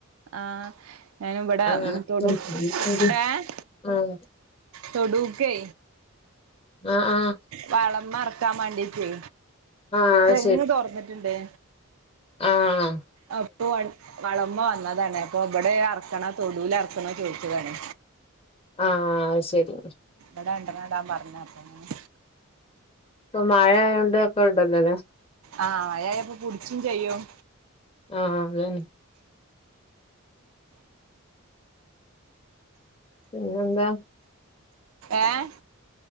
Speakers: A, on the right; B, on the left.
A: ആഹ് ഞാനും ഇവിടെ
B: അങ്ങനെ
A: തൊടി ഏഹ്
B: ഉം
A: തൊടുക്കെ
B: ആഹ് ആഹ്
A: വളം എറക്കാം മാണ്ടീട്ടേ
B: ആ അത്
A: തെങ്ങ് തൊറന്ന്ട്ടുണ്ടേ
B: ആഹ്
A: അപ്പൊ വൺ വളമ്മൊ വന്നതാണ് അപ്പൊ ഇവിടെ എറക്കണൊ തൊടൂല് എറക്കണോ ചോദിച്ചതാണ്.
B: ആഹ് ശരി
A: എടാ രണ്ടെണ <unintelligible> ടാം പറഞ്ഞ അപ്പൊ അങ്ങനെ
B: ഇപ്പൊ മഴ ആയോണ്ട് ഇപ്പൊ ഇടണ്ടല്ലോ
A: ആഹ് മഴ ആയ ഇപ്പോ പുടുച്ചും ചെയ്യും
B: ആഹ് അ <unintelligible> തൻ പിന്നെ എന്താ
A: ഏഹ്